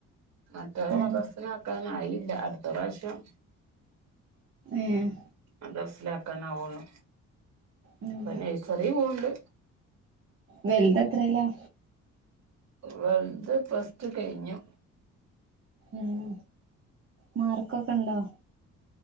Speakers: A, on the right; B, on the right.
A: മറ്റോള്
B: ഉം
A: മദർസ് നാക്കാനായില്ല അട്ത്ത പ്രാശ്യം
B: ഏഹ്
A: മതർസിലാക്കാനവെള്ളൂ.
B: ഉം
A: പ്പ നൈസറീ പോവ്ണ്ട്.
B: വെൽതെത്രേലാ.?
A: വൽത് പ്ലസ്റ്റു കഴിഞ്ഞു.
B: ഉം, മാർക്കൊക്കെ ണ്ടോ.?